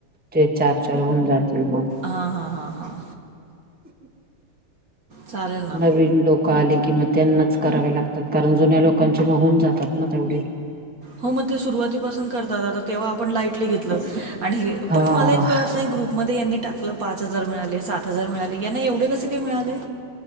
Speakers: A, in the centre; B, on the right.
A: ते चार, चार होऊन जातील मग.
B: हा हा हां हां. चालेल ना
A: नवीन लोक क आले कि मग त्यांनाच करावे लागतात. कारण जुन्या लोकांचे म होन जातात ना तेवढे.
B: हो मग ते सुरुवातीपासून करतात आता, तेव्हा आपण लाइटली घेत ल, आणि हे
A: हा
B: पण मला कळत नाही ग्रुपमध्ये यांनी टाकलं पाच हजार मिळाले, सात हजार मिळाले यांना एवढे कसे काय मिळाले?